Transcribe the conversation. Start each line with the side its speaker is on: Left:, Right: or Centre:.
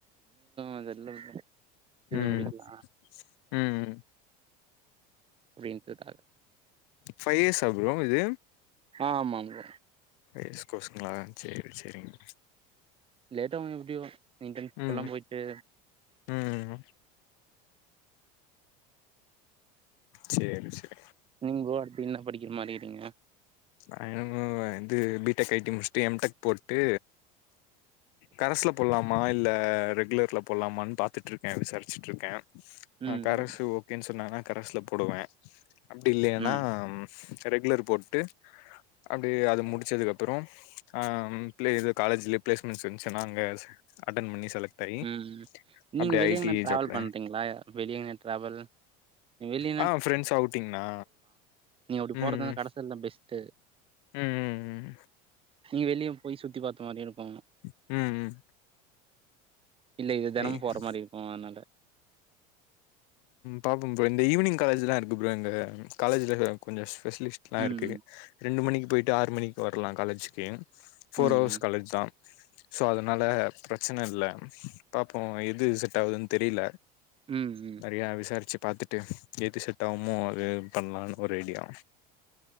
Right: அதெல்லாம்
Left: ம்
Right: முடிக்கலாம்
Left: ம்
Right: <unintelligible>
Left: ஃபைவ் இயர்ஸா ப்ரோ இது
Right: ஆமாங் ப்ரோ
Left: ரேஸ் கோர்சுங்களா சரி சரிங்க
Right: லேட்டாகும் எப்டியும் இன்டர்ன்ஷிப்லாம்
Left: ம்
Right: போயி்ட்டு
Left: ம் சரி சரி
Right: நீங்க ப்ரோ அடுத்து என்ன படிக்கற மாரி இருங்கீங்க
Left: ஆ வந்து பி டெக் ஐடி முடிச்சட்டு எம் டெக் போட்டு கரஸ்ல போட்லாம் அ இல்ல ரெகுலர்ல போலாமனு பாத்துட்டுருக்கேன் விசாரிச்சுட்டு இருக்கேன்
Right: ம்
Left: கரசு ன்னு சொன்னன்னா கரசுல போடுவே அப்டி இல்லன்னா
Right: ம்
Left: ரெகுலர் போட்டு அப்டி அது முடிச்சதுக்கப்புறம் ஆ உள்க்குள்யே காலேஜ்ல பிளேஸ்மெண்ட்ஸ் இருந்ச்சுன்னா அங்க அட்டன் பண்ணி செலக்டாயி
Right: ம் நீங்க
Left: அப்டி
Right: வெளிய
Left: ஐடி
Right: எங்கனா டிராவல்
Left: ஜாப்ல
Right: பண்றீங்களா வெளிய எங்கனா டிராவல் வெளிய
Left: ஆ ப்ரெண்ட்ஸ் அவுட்டிங்னா
Right: நீ அப்டி
Left: ம்
Right: போறதுதான கரசுல தா பெஸ்ட்
Left: ம் ம் ம்
Right: நீங்க வெளியும் போய் சுத்தி பாத்த மாரி இருக்கும்
Left: ம் ம்
Right: இல்ல இது தெனமும்
Left: ஐ
Right: போற மாரி இருக்கும் அதனால
Left: பாபோம் ப்ரோ இந்த ஈவினங்லேஜல இருக்கு ப்ரோ எங்க காலேஜல கொஞ்ச ஸ்பெஷிஸ்ட் லாம்
Right: ம்
Left: இருக்குது ரெண்டு மணிக்கு போயி்ட்டு ஆறு மணிக்கு வரலாம் காலேஜுக்கு ஃபோர்
Right: ம்
Left: ஹவர்ஸ் காலேஜ் தா சோ அதனால பிரச்சன இல்ல பாப்போம் எது செட் ஆவுதுன்னு தெரில
Right: ம் ம்
Left: யா விசாரிச்சு பாத்தட்டு எது செட் ஆகமோ அது பண்லாம்னு ஒரு ஐடியா